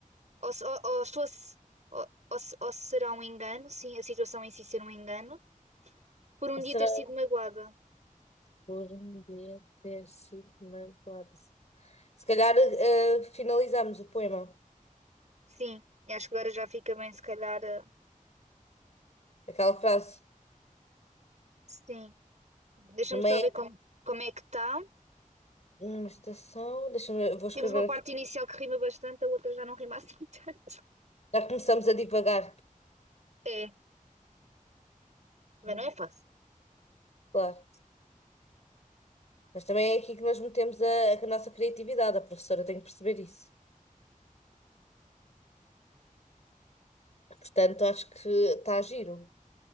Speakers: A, on the right (about 55°); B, on the left (about 50°).
A: Ou, se- ou, ou estou a se- ou- ou se- ou será um engano? Sim, a situação em si ser um engano. Por um
B: Ou
A: dia
B: será
A: ter sido magoada.
B: por um dia ter sido manipulado? Se calhar eh, finalizamos o poema.
A: Sim, acho que agora já fica bem, se calhar. ah,
B: Aquela frase.
A: sim. Deixa-me
B: Numa,
A: só
B: é-
A: ver como, como é que está.
B: numa estação. Deixa-me eu vou escrever.
A: Temos uma parte
B: a fra-
A: inicial que rima bastante, a outra já não rima assim <laughs> tanto.
B: Já começamos a divagar.
A: É, também
B: Hum,
A: não é fácil.
B: Claro. Mas também é aqui que nós metemos a, a nossa criatividade. A professora tem que perceber isso. Portanto, acho que está a giro.